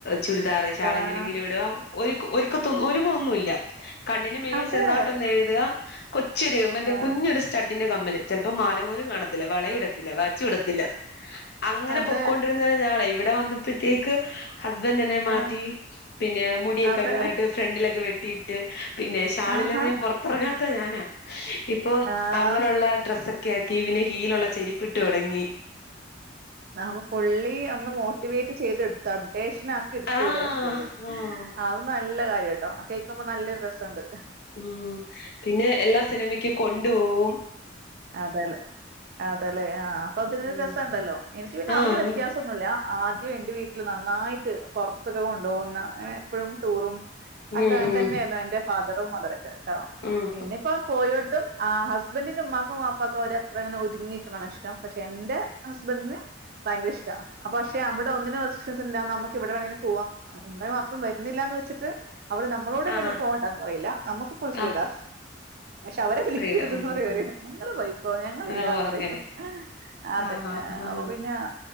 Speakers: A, on the left; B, on the right.
A: ചുരിദാറ് ഷാളെങ്ങനെങ്കിലും
B: ആഹ്
A: ഇടുവാ ഒരു ഒരുക്കത്തൊന്നു ഒരുങ്ങൊന്നുമില്ല. കണ്ണിന് മേളിൽ
B: അതെ
A: ചെറുതായിട്ടൊന്ന് എഴുതുക കൊച്ചിരികം മെന്റെ
B: ആഹ്
A: കുഞ്ഞൊരു സ്റ്റഡ് ട്ടിന്റെ കമ്മല് ചെലപ്പോ മാല പോലും കാണത്തില്ല വള ഇടത്തില്ല വച്ചും ഇടത്തില്ല. അങ്ങനെപൊക്കോണ്ടിരുന്നയ്
B: അതെ
A: ഞാനാ ഇവടെ വന്നപ്പഴ്‌ത്തേക്ക് ഹസ്ബൻഡ് എന്നെ
B: ആഹ്
A: മാറ്റി പിന്നെ മുടിയൊക്കെ
B: അത്
A: അടിപൊളിയായിട്ട് ഫ്രണ്ടിലൊക്കെ വെട്ട് ട്ടിട്ട് പിന്നെ ഷാളില്ലാതെ
B: ആഹാ
A: ഞാൻ പൊറത്തിറങ്ങാത്ത ഞാനാ. ഇപ്പം
B: ആഹ്
A: അങ്ങനൊള്ള ഡ്രസ്സക് കെ കീവിന് ഹീലുള്ള ചെരിപ്പിട്ട് തൊടങ്ങി.
B: അപ്പൊ പുള്ളി അന്ന് മോട്ടിവേറ്റ് ചെയ്തെടുത് അപ്ഡേഷ് നാക്കി എടുത്തൂലെ
A: ആഹ്
B: ഹസ്ബൻഡ്
A: ആഹ്
B: അത് നല്ല കാര്യ കേക്കുമ്പോ നല്ലെരു രേസോണ്ട്.
A: ഉം പിന്നെ എല്ലാ സിനിമക്കും കൊണ്ടു പോകും
B: അതെലേ അതെലേ ആ അപ്പ അതിനൊരു
A: ഉം
B: രസണ്ടല്ലോ എനിക്ക് പിന്നെ
A: ആഹ്
B: അതില്
A: അതണ്ട്
B: വ്യത്യാസം ഒന്നുല്ല ആദ്യം എന്റെ വീട്ടില് നന്നായിട്ട് പൊറത്ത് കൊണ്ടൊവുന്ന ങ്ങനെ എപ്പഴും ടൂറും
A: ഉം
B: അക്കെ അങ്ങേൻത്തന്നയിരുന്നു
A: ഉം
B: എന്റെ ഫാ <unintelligible> കേട്ടോ
A: ഉം
B: പിന്നിപ്പം പോയോട്ത്തും ആ ഹസ്‌ബെൻഡിന് മക്ക്‌ ക്കും ബാപ്പാക്കും അവര് അത്ര അങ്ങനെ ഒരുതുങ്ങിക്കണഷ്ടം പക്ഷെ എന്റെ ഹസ്ബൻഡിന് ഭയങ്കര ഇഷ്ട അപ് ഷെ അവടെ ഒന്നിന് നമുക്ക് എന്താ നമുക്ക് എവിടെവേണങ്കിലും പോവാ എന്തേ അപ്പം വരുന്നില്ലാന്ന് വെ ച്ചിട്ട് അവര് നമ്മളോട് എങ്ങട്ടും
A: ആഹ്
B: പോകേണ്ടന്ന് പറയില്ല നമുക്ക് ഫുൾ ഫ്രീടാ
A: ആഹ്
B: പക്ഷെ അവരെ വിളിക്കരുതാന്ന്
A: ഫ്രീഡം ഉം
B: പറയും
A: ഉം
B: അവര്
A: ഉം
B: നിങ്ങൾ പോയിക്കോ ഞങ്ങൾല്ലാന്ന്
A: ഓഹ്
B: പറയും
A: അങ്ങനെ
B: അതെ
A: ആഹ് ആഹ് ആഹ്
B: അപ്പൊ പിന്നെ അ